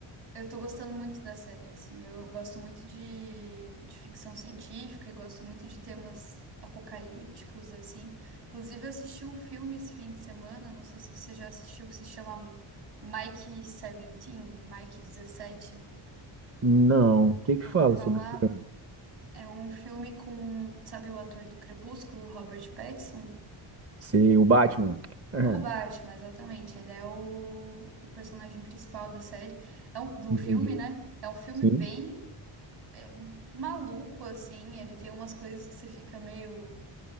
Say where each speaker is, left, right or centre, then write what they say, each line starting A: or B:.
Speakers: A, on the right; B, on the right.
A: eu tô gostando muito da série, assim, eu gosto muito de, de ficção científica e gosto muito de temas apocalípticos, assim. Inclusive, eu assisti um filme esse fim de semana, não sei se você já assistiu, que se chama Mike 17, Mike 17,
B: Não. O que que
A: ouviu
B: fala
A: falar?
B: sobre o filme?
A: É um filme com, sabe o ator do Crepúsculo, Robert Pattinson?
B: Ser o Batman? <laughs> Ah,
A: O Batman, exatamente. Ele é o, o personagem principal da série, é um- do
B: Entendi.
A: filme, né? É um filme
B: Sim.
A: bem é, maluco, assim. Ele tem umas coisas que você fica meio